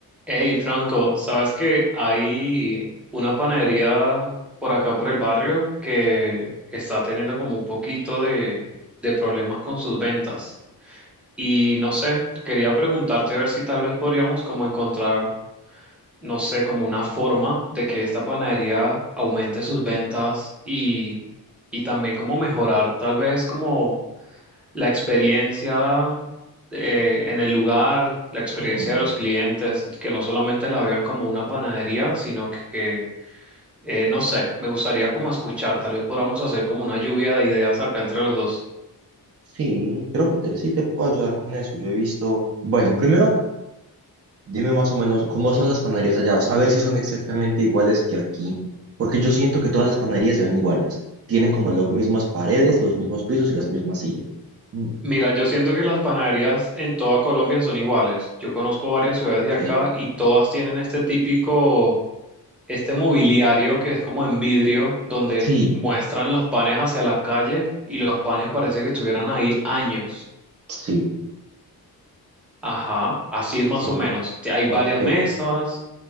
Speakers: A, in the centre; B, on the right (about 40°).
A: Hey Franco, ¿sabes que hay una panadería por acá por el barrio que está teniendo como un poquito de, de problemas con sus ventas? Y no sé, quería preguntarte a ver si tal vez podríamos como encontrar, no sé, como una forma de que esta panadería aumente sus ventas y, y también como mejorar tal vez como la experiencia eh, en el lugar, la experiencia
B: Oh,
A: de los clientes, que no solamente la vean como una panadería, sino que, eh, no sé, me gustaría como escuchar, tal vez podamos hacer como una lluvia de ideas acá entre los dos.
B: sí, creo que te, sí te puedo ayudar con eso. Yo he visto, bueno, primero dime más o menos cómo son las panaderías allá, o sea, a ver si son exactamente iguales que aquí, porque yo siento que todas las panaderías se ven iguales. Tienen como las mismas paredes, los mismos pisos y las mismas sillas. Mm,
A: Mira, yo siento que las panaderías en toda Colombia son iguales. Yo conozco varias ciudades
B: ok,
A: de acá y todas tienen este típico, este mobiliario que es como en vidrio, donde
B: sí,
A: muestran los panes hacia la calle y los panes parece que estuvieran ahí años.
B: sí,
A: Ajá, así es más
B: sí,
A: o menos. Te- Hay
B: ok.
A: varias mesas.